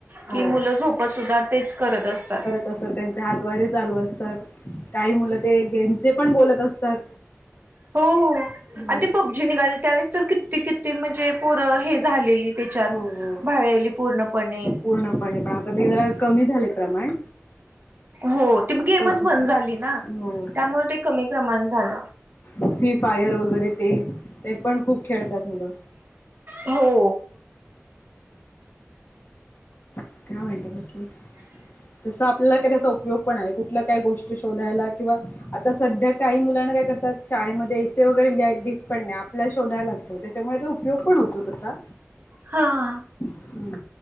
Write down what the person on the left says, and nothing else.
हो
तस त्यांचे हातवारे चालू असतात काही मुलं ते गेमचे पण बोलत असतात.
हम्म
हो हो
पूर्णपणे पण आता ते जरा कमी झालंय प्रमाण.
पबजीच
हो
फ्री फायर वगैरे ते. ते पण खूप खेळतात मुलं.
काय म्हणते बाकी
जसं आपल्याला काय त्याचा उपयोग पण आहे. कुठलं काय गोष्ट शोधायला किंवा आता सध्या काही मुलांना काय करतात. शाळेमध्ये एसे वगैरे लिहाय दित पण नाय आपल्याल शोधाय लागतो त्याच्यामुळे तो उपयोग पण होतो तसा.
हं.